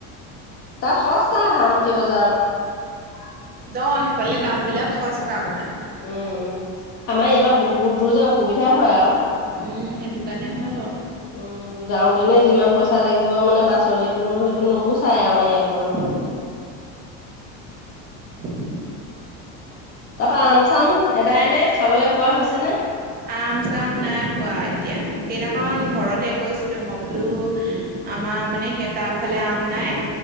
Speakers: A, on the left; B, on the right.
A: তাত সস্তা হাৰমতী বজাৰত।
B: দ সেইফালে দাম বিলাক সস্তা অকমান।
A: উম উম আমাৰ ইয়াৰ পৰা বহুত দূৰ যে অসুবিধা হয় আও।
B: উম, সেইটো কাৰণে হয় বাৰু,
A: উম যাওঁতেনে যিমান পইচা লাগিব মানে। পাচলিটো সেইটো নোপোচাই আমাৰ ইয়াৰ পৰা মানুহ গল
B: উম উ।
A: তাপা আম চাম এদায় ন খাবলৈ পোৱা হৈছে নে।
B: আম চাম নাই পোৱা এতিয়া সেইদিনাখন ঘৰতহে কৈছিলো মই বুলু আমাৰ। মানে সেই তাৰ ফালে আম নাই।